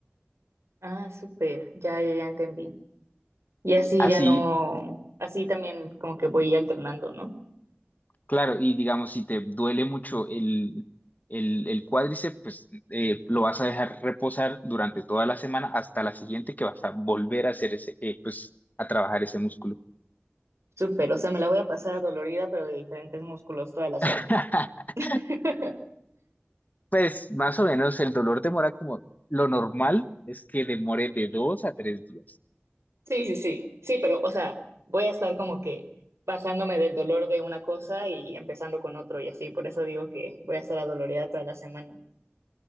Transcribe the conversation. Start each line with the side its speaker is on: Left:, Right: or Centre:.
Right: Ah, súper. Ya, ya, ya entendí. Y así
Left: Así,
Right: ya no, así también como que voy alternando, ¿no?
Left: claro, y digamos, si te duele mucho el, el, el cuádriceps, pues eh, lo vas a dejar reposar durante toda la semana hasta la siguiente que vas a volver a hacer ese, eh, pues, a trabajar ese músculo.
Right: Súper, o sea, me la voy a pasar dolorida, pero de diferentes músculos toda la semana.
Left: <laughs>
Right: <laughs>
Left: Pues más o menos el dolor demora como lo normal es que demore de dos a tres días.
Right: Sí, sí, sí, sí, pero, o sea, voy a estar como que bajándome del dolor de una cosa y empezando con otro y así, por eso digo que voy a estar adolorida toda la semana.